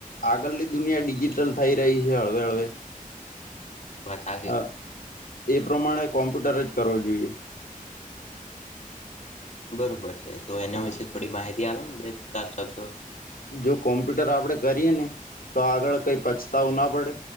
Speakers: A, on the left; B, on the left.
A: આગળની દુનિયા ડિજિટલ થઈ રહી છે હળવે હળવે.
B: બસ આજે
A: અ એ પ્રમાણે કોમ્પ્યુટર જ કરવો જોઈએ.
B: બરોબર છે તો એના
A: હા
B: વિશે થોડી માહિતી આવે ને બે ચાર શબ્દો
A: જો કોમ્પ્યુટર આપડે કરીએ ને તો આગળ કઈ પછતાવું ના પડે